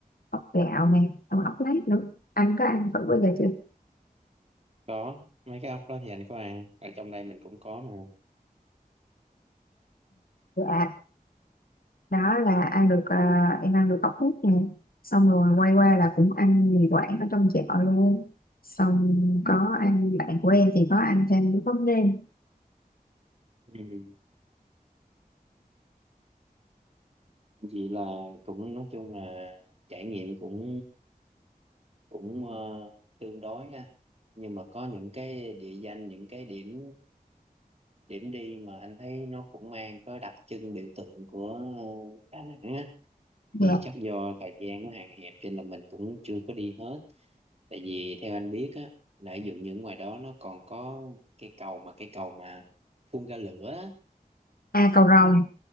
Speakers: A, on the left; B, on the right.
A: ốc gạo nè xong rồi ốc lát nữa anh có ăn thử bao giờ chưa
B: có mấy cái ốc đó thì anh có ăn ở trong đây mình cũng có mà
A: dạ đó là ăn được à, em ăn được ốc hút nè xong rồi quay qua là cũng ăn mì quảng ở trong chợ luôn xong có ăn bạn của em thì có ăn thêm cái món nêm
B: ừ Vậy là cũng nói chung là trải nghiệm cũng cũng ờ, tương đối ha. Nhưng mà có những cái địa danh, những cái điểm điểm đi mà anh thấy nó cũng mang có đặc trưng biểu tượng của ờ, Đà Nẵng á
A: dạ
B: thì chắc do thời gian nó hạn hẹp cho nên là mình cũng chưa có đi hết. Tại vì theo anh biết á, là ví dụ như ngoài đó nó còn có cái cầu mà cái cầu mà phun ra lửa á.
A: à cầu rồng